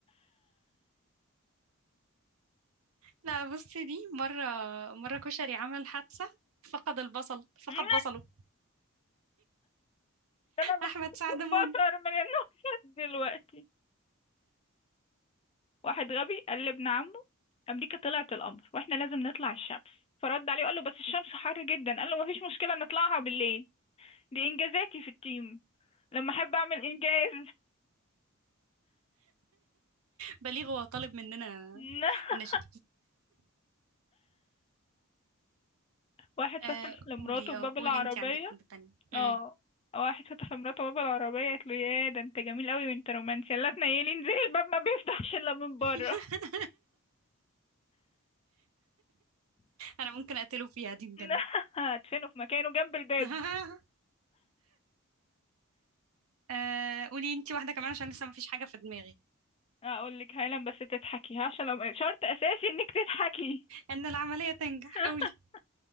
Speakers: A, on the right; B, on the left.
A: لا بصي دي مرة مرة كشري عمل حادثة فقد البصل فقد
B: <laughs>
A: بصله
B: انا
A: أحمد سعد مون
B: بصر من النكت دلوقتي واحد غبي قال لابن عمه امريكا طلعت القمر واحنا لازم نطلع الشمس فرد عليه وقال له بس الشمس حر جدا قال له مفيش مشكله نطلعها بالليل دي انجازاتي في التيم لما احب اعمل انجاز
A: بليغ هو طالب مننا
B: <laughs>
A: النشاط
B: واحد
A: آه
B: فتح لمراته
A: قولي
B: باب
A: اه قولي
B: العربيه
A: انتي عندك واحدة تانية
B: اه
A: مم.
B: واحد فتح لمراته باب العربيه قالت له يا ده انت جميل قوي وانت رومانسي يلا تنيلي انزلي الباب ما بيفتحش الا من بره
A: <laughs> أنا ممكن أقتله فيها دي بجد
B: <laughs> هدفنه في مكانه جنب الباب
A: <laughs> آه قولي انتي واحدة كمان
B: <laughs>
A: عشان لسه مفيش حاجة في دماغي
B: اقول لك هايلا بس تضحكي عشان لو شرط اساسي انك تضحكي
A: إن العملية تنجح
B: <laughs>
A: قولي